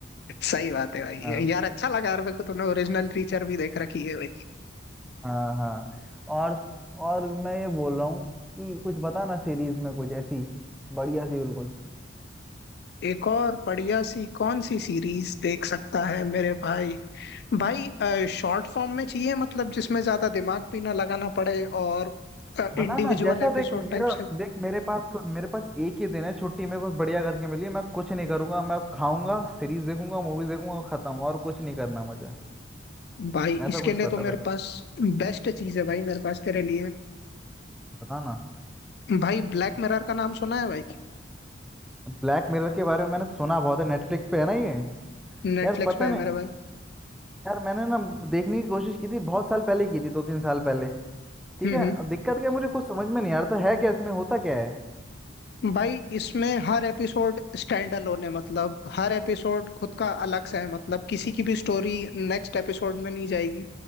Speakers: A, on the left; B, in the centre.
A: सही बात है भाई
B: हाँ
A: यार अच्छा लगा यार मेरे को तुमने ओरिजिनल टीचर भी देख रखी है भाई
B: हाँ हाँ और और मैं ये बोल रहा हूँ कि कुछ बता ना सीरीज में कुछ ऐसी बढ़िया सी बिल्कुल
A: एक और बढ़िया सी कौन सी सीरीज देख सकता है मेरे भाई भाई शॉर्ट फॉर्म में चाहिए मतलब जिसमें ज्यादा दिमाग भी ना लगाना पड़े और
B: बता
A: इंडिविजुअल
B: ना जैसा
A: एपिसोड
B: देख मेरा
A: टाइप से
B: देख मेरे पास सुन मेरे पास एक ही दिन है छुट्टी मेरे पास बढ़िया करके मिली है मैं कुछ नहीं करूंगा मैं बस खाऊंगा सीरीज देखूंगा मूवीज देखूंगा खत्म और कुछ नहीं करना मुझे
A: भाई इसके
B: ऐसा कुछ
A: लिए
B: पता
A: तो मेरे
B: फिर
A: पास बेस्ट चीज है भाई मेरे पास तेरे लिए
B: बता ना
A: भाई ब्लैक मिरर का नाम सुना है भाई
B: ब्लैक मिरर के बारे में मैंने सुना बहुत है नेटफ्लिक्स पे है ना ये
A: नेटफ्लिक्स
B: यार पता
A: पे है
B: नहीं
A: मेरे भाई
B: यार मैंने ना देखने की कोशिश की थी बहुत साल पहले की थी दो तीन साल पहले ठीक
A: हम्म
B: है
A: हम्म।
B: दिक्कत क्या है, मुझे कुछ समझ में नहीं आ रहा था है क्या इसमें होता क्या है
A: भाई इसमें हर एपिसोड स्टैंड अलोन है मतलब हर एपिसोड खुद का अलग सा है मतलब किसी की भी स्टोरी नेक्स्ट एपिसोड में नहीं जाएगी